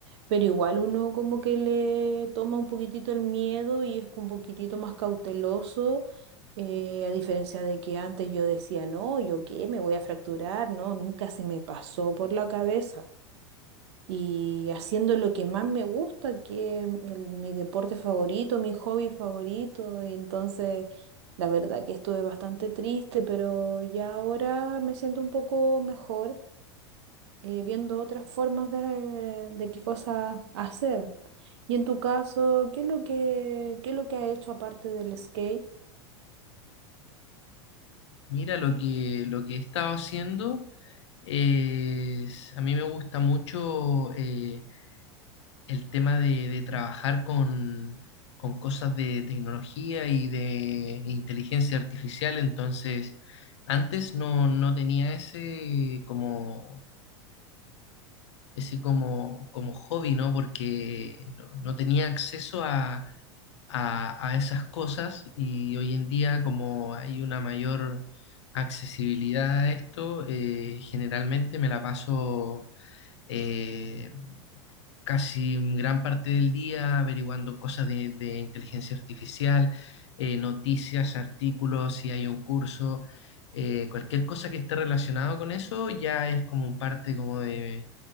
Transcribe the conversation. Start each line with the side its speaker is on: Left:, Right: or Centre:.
Right: Pero igual uno como que le toma un poquitito el miedo y es un poquitito más cauteloso, eh, a diferencia de que antes yo decía, no, ¿yo qué? Me voy a fracturar, no, nunca se me pasó por la cabeza. Y haciendo lo que más me gusta, que es el- mi deporte favorito, mi hobby favorito, y entonces la verdad que estuve bastante triste, pero ya ahora me siento un poco mejor, eh, viendo otras formas de, de qué cosas hacer. Y en tu caso, ¿qué es lo que, qué es lo que has hecho aparte del skate?
Left: Mira, lo que, lo que he estado haciendo es, a mí me gusta mucho eh, el tema de, de trabajar con, con cosas de tecnología y de inteligencia artificial. Entonces, antes no, no tenía ese como, ese como, como hobby, ¿no? Porque no, no tenía acceso a, a, a esas cosas y hoy en día como hay una mayor accesibilidad a esto, eh, generalmente me la paso eh, casi gran parte del día averiguando cosas de, de inteligencia artificial, eh, noticias, artículos, si hay un curso. eh, cualquier cosa que esté relacionado con eso ya es como parte como de,